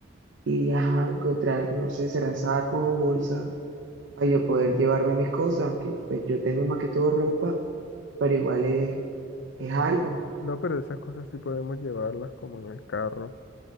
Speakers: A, on the right; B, on the left.
A: y ajá, encontrar, no sé, será sacos o bolsas para yo poder llevarme mis cosas, aunque pues yo tengo más que todo ropa, pero igual es, es algo.
B: No, pero esas cosas sí podemos llevarlas como en el carro.